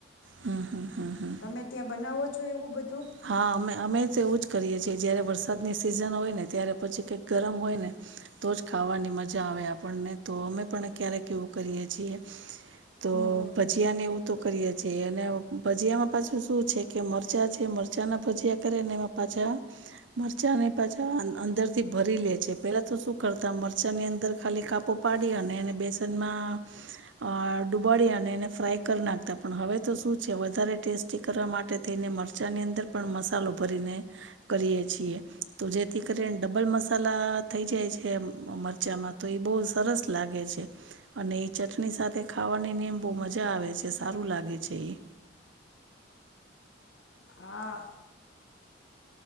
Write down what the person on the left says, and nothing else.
તમે ત્યાં બનાવો છો એવું બધું.
હમ હમ
હા.